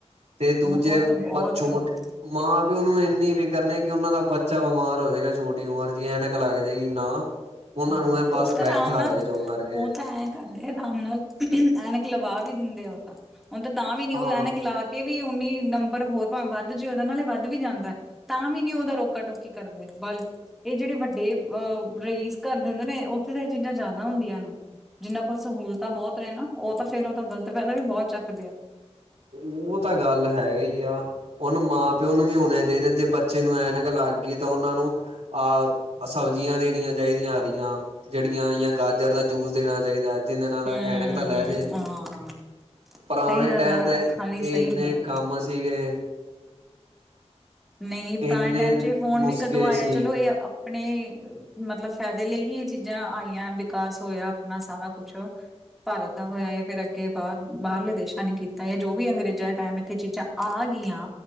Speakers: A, on the right (about 70°); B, in the centre.
A: ਤੇ ਦੂਜੇ
B: ਬਹੁਤ ਬਹੁਤ
A: ਬਚੋਟ। ਮਾਂ ਪਿਓ ਨੂੰ ਇੰਨੀ ਫਿਕਰ ਨੀ ਕਿ ਉਹਨਾਂ ਦਾ ਬੱਚਾ ਬਿਮਾਰ ਹੋ ਜਾਏਗਾ, ਛੋਟੀ ਉਮਰ ਚ ਹੀ ਐਨਕ ਲੱਗ ਜਾਏਗੀ ਨਾ। ਉਹਨਾਂ
B: ਹਾਂ
A: ਨੂੰ ਇਹ ਬਸ
B: ਉਹ ਤਾਂ
A: ਬੈਠਾ
B: ਆਰਾਮ ਨਾਲ,
A: ਰਹੇ ਜੋ ਕਰਕੇ
B: ਉਹ ਤਾਂ ਹੈ। ਕਰਦੇ ਆਰਾਮ ਨਾਲ, ਐਨਕ ਲਵਾ ਵੀ ਦਿੰਦੇ ਉਹ ਤਾਂ, ਹੁਣ ਤਾਂ ਵੀ ਨੀ
A: ਹਾਂ
B: ਉਹ ਐਨਕ ਲਾ ਕੇ। ਕਿ ਵੀ ਉਨ੍ਹਾ ਹੀ ਨੰਬਰ ਹੋਰ ਭਾਵੇਂ ਵੱਧ ਜੁ, ਉਹਦੇ ਨਾਲ਼ੇ ਵੱਧ ਵੀ ਜਾਂਦਾ। ਤਾਂ ਵੀ ਨੀ, ਉਹ ਤਾਂ ਰੋਕਾ ਟੋਕੀ ਕਰਦੇ, ਬਲੀਕਿ ਇਹ ਜਿਹੜੇ ਵੱਡੇ ਅਹ ਰਈਸ। ਕਰ ਦੇਂਦੇ ਨੇ, ਉਥੇ ਤੇ ਏ ਚੀਜ਼ਾਂ ਜ਼ਾਦਾ ਹੁੰਦੀਆਂ ਨੇ। ਜਿੰਨਾਂ ਕੋਲ ਸਹੂਲਤਾਂ ਬਹੁਤ ਨੇ ਨਾ ਓ ਤਾਂ ਫੇਰ ਓ ਤਾਂ ਗਲਤ ਫਾਇਦਾ ਵੀ ਬਹੁਤ ਚੱਕਦੇ ਆ।
A: ਉਹ ਤਾਂ ਗੱਲ ਹੈਗਾ ਈ ਆ, ਹੁਣ ਮਾਂ ਪਿਓ ਨੂੰ ਵੀ ਹੋਣਾ ਚਾਹੀਦਾ ਜੇ ਬੱ ਬੱਚੇ ਨੂੰ ਐਨਕ ਲੱਗ ਗਈ ਤਾਂ, ਉਨਾਂ ਨੂੰ ਆਹ ਸਬਜ਼ੀਆਂ ਦੇਣੀਆਂ ਚਾਹੀਦੀਆਂ ਹਰੀਆਂ। ਜਿਹੜੀਆਂ, ਆਈਆਂ ਗਾਜਰ ਦਾ ਜੂਸ ਦੇਣਾ ਚਾਹੀਦਾ, ਜਿਹਦੇ ਨਾਲ ਐਨਕ
B: ਹਮ
A: ਤਾਂ ਲੈ ਜੇ।
B: ਹਾਂ
A: ਪਰਾਣੇ
B: ਸਹੀ ਗੱਲ
A: ਟੈਮ
B: ਹੈ
A: ਤੇ,
B: ਅੱਖਾਂ ਲਈ
A: ਇੰਨੇ
B: ਸਹੀ ਨੇ
A: ਕੰਮ ਸੀਗੇ।
B: ਨਈ
A: ਇੰਨੇ
B: ਪਰਾਣੇ ਟੈਮ ਚ, ਏ ਫੋਨ
A: ਨੁਸਖੇ
B: ਵੀ ਕਦੋਂ ਆਇਆ?
A: ਸੀ
B: ਚਲੋ ਏ ਆਪਣੇ ਮਤਲਬ, ਫਾਇਦੇ ਲਈ ਹੀ ਇਹ ਚੀਜ਼ਾਂ ਆਈਆਂ, ਵਿਕਾਸ ਹੋਇਆ ਆਪਣਾ ਸਾਰਾ ਕੁਛ। ਭਾਰਤ ਦਾ ਹੋਇਆ ਏ, ਫੇਰ ਅੱਗੇ ਬਾਹਰ, ਬਾਹਰਲੇ ਦੇਸ਼ਾਂ ਨੇ ਕੀਤਾ ਏ, ਜੋ ਵੀ ਅੰਗਰੇਜ਼ਾਂ ਟੈਮ ਇੱਥੇ ਚੀਜ਼ਾਂ- ਆ ਗਈਆਂ,